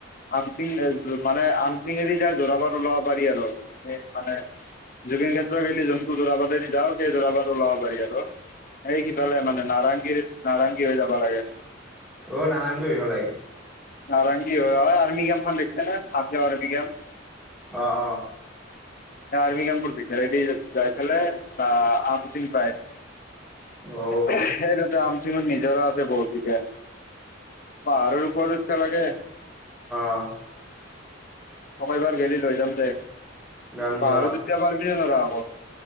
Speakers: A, on the left (about 45°); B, in the centre.
A: আমচিং মানে আমচিং এৰি যাই যোৰাবাট ওলব পাৰি আৰু। মানে জুবিন ক্ষেত্ৰ গেলি যোনটো যোৰাবাতেডি যাও সেই যোৰাবাট ওলাব পাৰি আৰু। এই সিফালে
B: অ
A: মানে নাৰংগীৰ নাৰংগী হৈ যাব লাগে।
B: অ নাৰেঙ্গী হৈ আইভা লাগে।
A: নাৰেঙ্গী হয় এই আৰ্মি কেম্পখন দেখাচা নে সাত আৰ্মি কেম্প?
B: অ অ
A: আৰ্মি কেম্পৰ ভিতৰেদি যাই পেলাই আহ আমচিং পায়। সেই
B: অ
A: তাতে আমচিংট নিজৰা আছে বহুতগিটা। পাহাৰৰ ওপৰত উঠবা লাগে।
B: অ
A: তক এইবাৰ গেলি লৈ যাম দে,
B: ৰামদি
A: পাহাৰত উথবা পাৰিবিনে নোৱাৰ আকৌ?